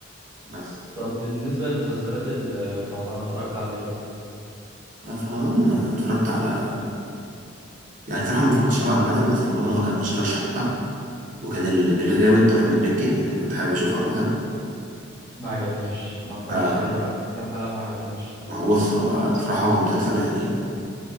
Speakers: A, on the right; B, on the right.
A: بس
B: طب بالنسبة للمسلسلات اللي في رمضان اتفرجت على إيه كده؟
A: آه، في رمضان آه، اتفرجت على يعني صراحة ما اتفرجتش قوي عامة بس في رمضان هو كان أشغال شقة وكان ال- الغاوي بتاع أحمد مكي يعني كنت حابب أشوفه عامة
B: ما عجبنيش ما اتفرجتش
A: آه،
B: عليه اتفرجت على كام حلقة وما عجبنيش
A: ما هو بص هو صراحة هو مسلسل يعني